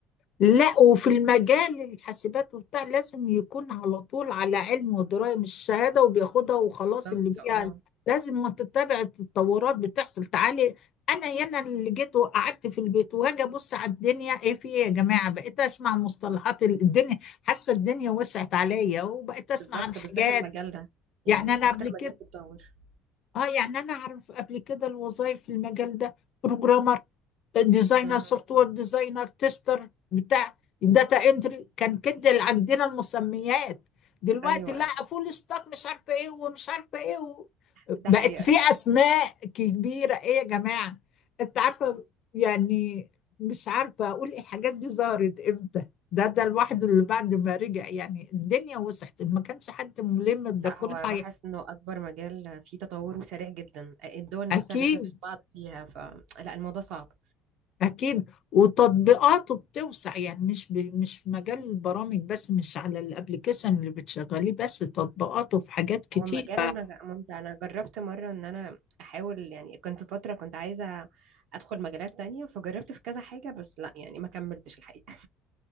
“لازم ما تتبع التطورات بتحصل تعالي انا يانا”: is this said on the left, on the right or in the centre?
Left